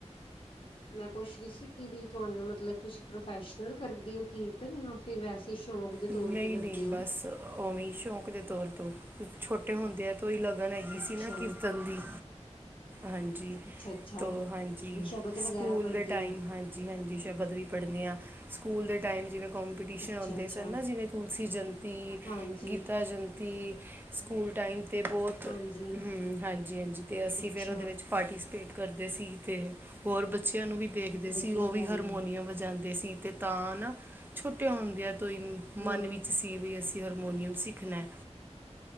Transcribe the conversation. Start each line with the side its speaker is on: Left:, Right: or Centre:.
Left: ਮੈਂ ਪੁੱਛ ਰਹੀ ਸੀ ਕਿ ਵੀ ਤੁਹਾਨੂੰ ਮਤਲਬ ਤੁਸੀਂ ਪ੍ਰੋਫੈਸ਼ਨਲ ਕਰਦੇ ਹੋ ਕੀਰਤਨ ਜਾਂ ਫਿਰ ਵੈਸੇ ਤੁਸੀਂ ਸ਼ੌਕ ਦੇ
Right: ਨਹੀਂ
Left: ਤੌਰ ਤੇ ਕਰਦੇ
Right: ਨਹੀਂ
Left: ਹੋ।
Right: ਬਸ ਉਵੇਂ ਸ਼ੌਂਕ ਦੇ ਤੌਰ ਤੋਂ ਛੋਟੇ ਹੁੰਦੇ ਆ, ਤੋਂ ਹੀ ਲਗਨ ਹੈਗੀ
Left: ਅੱਛਾ
Right: ਸੀ ਨਾ ਕੀਰਤਨ ਦੀ, ਹਾਂਜੀ।
Left: ਅੱਛਾ ਅੱਛਾ
Right: ਤੋਂ ਹਾਂਜੀ
Left: ਵੀ ਸ਼ਬਦ ਵਗੈਰਾ
Right: ਸਕੂਲ
Left: ਪੜ੍ਹਦੇ
Right: ਦੇ ਟਾਈਮ
Left: ਹੋ
Right: ਹਾਂਜੀ ਹਾਂਜੀ ਸ਼ਬਦ ਵੀ ਪੜ੍ਹਦੇ ਹਾਂ। ਸਕੂਲ ਦੇ ਟਾਈਮ ਜਿਵੇਂ ਕੰਪੀਟੀਸ਼ਨ
Left: ਅੱਛਾ
Right: ਹੁੰਦੇ
Left: ਅੱਛਾ
Right: ਸੀ। ਨਾ ਜਿਵੇਂ ਤੁਲਸੀ ਜੈਯੰਤੀ
Left: ਹਾਂਜੀ
Right: ਗੀਤਾ ਜੈਯੰਤੀ ਸਕੂਲ ਟਾਈਮ ਤੇ ਬਹੁਤ ਹੂੰ,
Left: ਹਾਂਜੀ
Right: ਹਾਂਜੀ-ਹਾਂਜੀ, ਤੇ ਅਸੀਂ
Left: ਅੱਛਾ
Right: ਫਿਰ ਉਹਦੇ ਵਿੱਚ ਪਾਰਟੀਸਪੇਟ ਕਰਦੇ ਸੀ ਤੇ, ਹੋਰ ਬੱਚਿਆਂ ਨੂੰ ਵੀ ਦੇਖਦੇ
Left: ਵਧੀਆ
Right: ਸੀ ਉਹ ਵੀ
Left: ਗੱਲ
Right: ਹਰਮੋਨੀਅਮ
Left: ਏ
Right: ਵਜਾਦੇ ਦੇ ਸੀ ਤੇ ਤਾਂ ਨਾ ਛੋਟੇ ਹੁੰਦਿਆ ਤੋਂ ਹੀ
Left: ਹਮ
Right: ਮਨ ਵਿੱਚ ਤੇ ਵੀ ਅਸੀਂ ਹਾਰਮੋਨੀਅਮ ਸਿੱਖਣਾ।